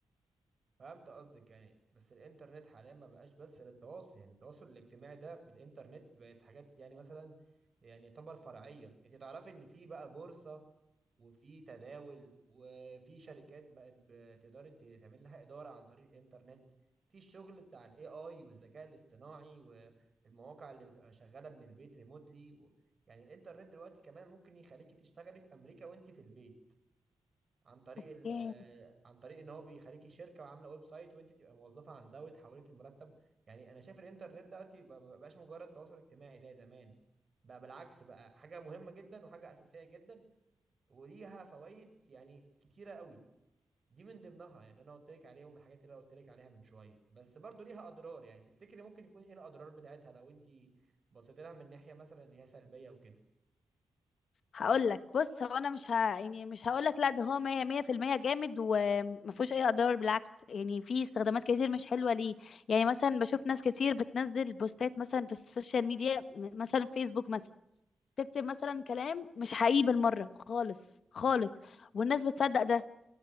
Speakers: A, on the right (about 50°); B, on the left (about 80°).
A: فهمت قصدك يعني بس الانترنت حاليا ما بقاش بس للتواصل يعني التواصل الاجتماعي ده في الانترنت بقت حاجات يعني مثلا يعني يعتبر فرعيه انت تعرفي ان في بقى بورصه وفي تداول وفي شركات بقت بتقدر ت- تعمل لها إدارة عن طريق الإنترنت في الشغل بتاع الاي اي والذكاء الاصطناعي والمواقع اللي بتبقى شغالة من البيت ريموتلي و... يعني الإنترنت دلوقتي كمان ممكن يخليكي تشتغلي في أمريكا وأنت في البيت عن طريق
B: اوكي
A: ال... عن طريق ان هو بيخليكي شركه وعامله ويب سايت وانت تبقى موظفه عندها وتحولك لمرتب يعني انا شايف الانترنت دلوقتي ما بقاش مجرد تواصل اجتماعي زي زمان بقى بالعكس بقى حاجه مهمه جدا وحاجه اساسيه جدا وليها فوائد يعني كتيرة قوي دي من ضمنها يعني انا قلت لك عليهم الحاجات اللي انا قلت لك عليها من شوية بس برضو ليها اضرار يعني تفتكري ممكن يكون ايه الاضرار بتاعتها لو انت بصيت لها من ناحية مثلا ان هي سلبية وكده
B: هقول لك بص هو انا مش ه... يعني مش هقول لك لا ده هو 100 100% جامد وما فيهوش اي اضرار بالعكس يعني في استخدامات كتير مش حلوه ليه يعني مثلا بشوف ناس كتير بتنزل بوستات مثلا في السوشيال ميديا م- مثلا فيسبوك مثلا تكتب مثلا كلام مش حقيقي بالمره خالص خالص والناس بتصدق ده